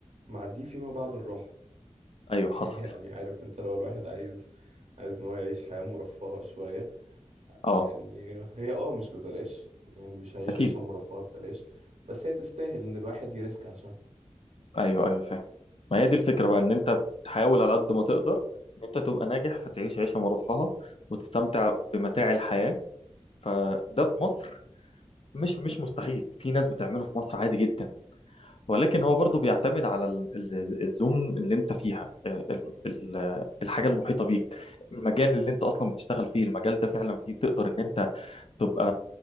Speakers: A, on the right; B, on the left.
A: معديه فيما بعد الراحة
B: ايوه
A: <laughs>
B: حصل
A: يعني عارف انت لو الواحد عايز عايز ان هو يعيش حياة مرفهة شوية
B: اه
A: يعني هي اه مش ببلاش يعني مش هعيش
B: اكيد
A: عيشة مرفهة ببلاش بس هي تستاهل ان الواحد يريسك عشانها
B: ايوه ايوه فاهم ما هي دي الفكره بقى ان انت بتحاول على قد ما تقدر ان انت تبقى ناجح فتعيش عيشه مرفهه وتستمتع بمتاع الحياه فده في مصر مش مش مستحيل في ناس بتعمله في مصر عادي جدا ولكن هو برضه بيعتمد على ال- ال- الزون اللي انت فيها آه، ال- ال- الحاجه المحيطه بيك المجال اللي انت اصلا بتشتغل فيه المجال ده فعلا فيه تقدر ان انت تبقى